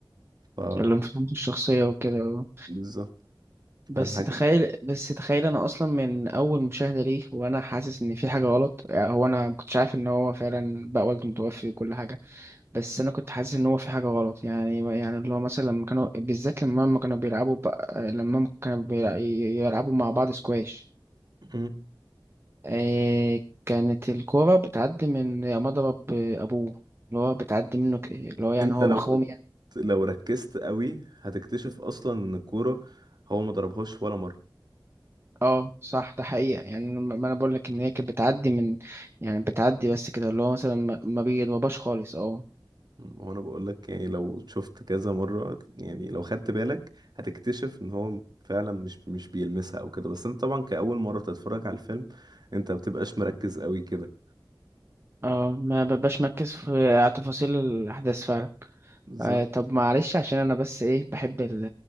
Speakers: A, on the right; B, on the right.
A: ف
B: اللي مفهمش الشخصيه وكده
A: بالظبط فالحاجة
B: بس تخيل
A: دي.
B: بس تخيل انا اصلا من اول مشاهده ليه وانا حاسس ان في حاجه غلط يعني هو انا ما كنتش عارف ان هو فعلا بقى والده متوفي وكل حاجه بس انا كنت حاسس ان هو في حاجه غلط يعني يعني اللي هو مثلا لما كانوا بالذات لما هم كانوا بيلعبوا بقى لما هم كانوا بيلع- يلعبوا مع بعض سكواش
A: مم.
B: إيه كانت الكوره بتعدي من مضرب ابوه اللي هو بتعدي منه ك- اللي هو يعني
A: انت
B: هو
A: لو
B: مخروم
A: كنت لو ركزت قوي هتكتشف اصلا ان الكورة هو ما ضربهاش ولا مرة
B: اه صح ده حقيقة يعني أنا- ما انا بقول لك ان هي كانت بتعدي من يعني بتعدي بس كده اللي هو مثلا ما ما بيتوباش خالص اه
A: وانا بقول لك يعني لو شفت كذا مرة يعني لو خدت بالك هتكتشف ان هو فعلا مش مش بيلمسها او كده بس انت طبعا كأول مرة تتفرج على الفيلم انت ما بتبقاش مركز قوي كده
B: اه ما ببقاش مركز في على تفاصيل الاحداث فعلا
A: بالظبط
B: آه طب معلش عشان انا بس ايه بحب ال